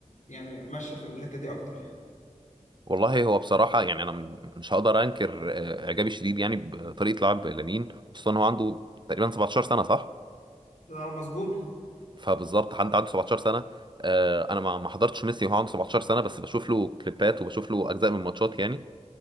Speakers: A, on the left; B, on the right.
A: يعني ماشيه في الحته دي اكتر يعني
B: والله هو بصراحة يعني أنا م- مش هقدر أنكر آه، إعجابي الشديد يعني بطريقة لعب لامين خصوصا هو عنده تقريبا 17 سنة صح؟
A: اه مظبوط
B: فبالظبط حد عنده 17 سنة آه، أنا ما ما حضرتش ميسي وهو عنده 17 سنة بس بشوف له كليبات وبشوف له أجزاء من ماتشات يعني